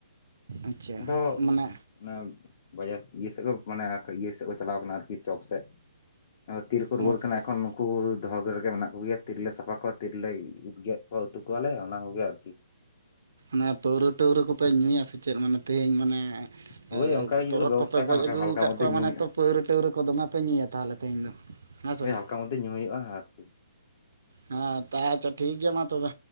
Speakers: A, on the right (about 70°); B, on the left (about 45°).
A: ᱟᱪᱪᱷᱟ
B: ᱟᱫᱚᱼᱼ
A: ᱢᱟᱱᱮ
B: ᱚᱱᱮ ᱵᱟᱡᱟᱨ ᱤᱭᱟᱹ ᱥᱮᱜ ᱠᱚ ᱢᱟᱱᱮ ᱠᱚ ᱤᱭᱟᱹ ᱥᱮᱜ ᱠᱚ ᱪᱟᱞᱟᱣ ᱠᱟᱱᱟ ᱟᱨ ᱠᱤ ᱪᱚᱠ ᱥᱮᱜ᱾ ᱟᱨ ᱛᱤᱨᱮ ᱠᱚ
A: ᱚᱱᱟ
B: ᱨᱩᱣᱟᱹᱲ ᱠᱟᱱᱟ ᱮᱠᱷᱚᱱᱼᱼ ᱠᱩ ᱫᱚᱦᱚ ᱜᱮ ᱨᱮᱜᱮ ᱢᱮᱱᱟᱜ ᱠᱳᱜᱮᱭᱟ ᱛᱤᱨᱮ ᱞᱮ ᱥᱟᱯᱷᱟ ᱠᱚᱣᱟ ᱛᱤ ᱨᱮᱞᱮ ᱜᱮᱼᱜᱮᱫ ᱠᱚᱣᱟ ᱩᱛᱩ ᱠᱚᱣᱟ ᱞᱮ ᱚᱱᱟ ᱠᱚᱜᱮ ᱟᱨ ᱠᱤ᱾
A: ᱢᱟᱱᱮ ᱯᱟᱹᱣᱨᱟᱹ ᱴᱟᱹᱣᱨᱟᱹ ᱠᱚᱯᱮ ᱧᱩᱭᱟ ᱥᱮ ᱪᱮᱜ ᱢᱟᱱᱮ ᱛᱮᱦᱮᱧ ᱢᱟᱱᱮ?
B: ᱦᱳᱭ
A: ᱮᱸ
B: ᱚᱱᱠᱟ ᱜᱮ ᱡᱩᱫᱤ
A: ᱛᱚᱨᱚᱦᱚᱜ
B: ᱠᱚ ᱵᱮᱵᱚᱥᱛᱷᱟ
A: ᱠᱚᱯᱮ
B: ᱠᱷᱟᱱ
A: ᱜᱚᱹᱭ
B: ᱵᱟᱠᱷᱟᱱ
A: ᱟᱹᱜᱩᱣ
B: ᱦᱟᱞᱠᱟ
A: ᱠᱟᱜ
B: ᱢᱚᱫᱽᱫᱷᱮ
A: ᱠᱚᱣᱟ
B: ᱧᱩ
A: ᱢᱟᱱᱮ
B: ᱦᱩᱭᱩᱜᱼᱟ
A: ᱛᱚ ᱯᱟᱹᱣᱨᱟᱹ ᱴᱟᱹᱣᱨᱟᱹ ᱠᱚ ᱫᱚᱢᱮ ᱯᱮ ᱧᱩᱭᱟ ᱛᱟᱦᱚᱞᱮ ᱛᱮᱦᱮᱧ ᱫᱚ᱾ ᱦᱮᱸ ᱥᱮ
B: ᱦᱳᱭ
A: ᱵᱟᱝ
B: ᱦᱟᱞᱠᱟ ᱢᱚᱫᱽᱫᱷᱮ ᱧᱩ ᱦᱩᱭᱩᱜ-ᱟ ᱟᱨ ᱠᱤ᱾
A: ᱦᱮᱸ ‌ᱛᱟ ᱟᱪᱪᱷᱟ ᱴᱷᱤᱠ ᱜᱮᱭᱟ ᱢᱟ ᱛᱚᱵᱮ᱾